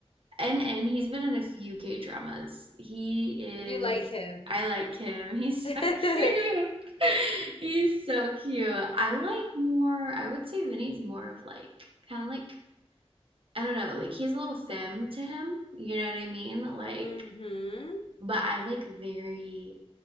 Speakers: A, on the right; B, on the left.
A: And and he's been in a few K-dramas. He is
B: you like him.
A: I like him. He's
B: <laughs>
A: so <laughs> cute. <laughs> He's so cute. I like more, I would say Vinny's more of like kind of like I don't know, like he's a little femme to him, you know what I mean? Like
B: hmm
A: but I like very